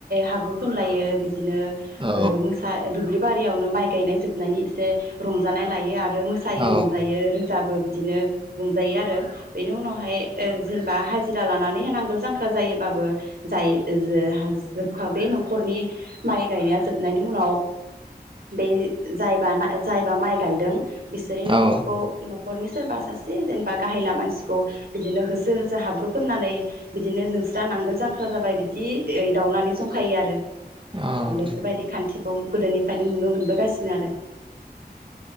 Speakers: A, on the right (about 70°); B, on the right (about 30°).
A: हाब्रु फोनलायो बिदि बिदिनो
B: औ
A: ओ मोसा दुब्लि बारियावनो माइ गायनाय जोबनायनि एसे रंजानाय लायो आ आरो मोसायो
B: औ
A: रंजायो रोजाबो बिदिनो मोनजायो आरो बेनि उनावहाय ओ जेनेबा हाजिरा लानानै नांगोल जांख्रा जायोबाबो जाय ओ जोहाज जोबखा बे न'खरनि माइ गायनाया जोबनायनि उनाव बे जायबा जायबा माइ गायदों बिसोरनि
B: औ
A: न'खरखौ न'खरनि सोरबा सासे जेनेबा गाहायला मानसिखौ बिदिनो होसो होसो हाब्रु फोननानै बिदिनो नोंस्रा नांगोल जां ख्रा जाबाय बिदि एदाउनानै जंखायो आरो
B: औ
A: बेफोरबायदि खान्थि बेखौ गोदोनिफ्रायनो नुनो मोनबोगासिनो आरो।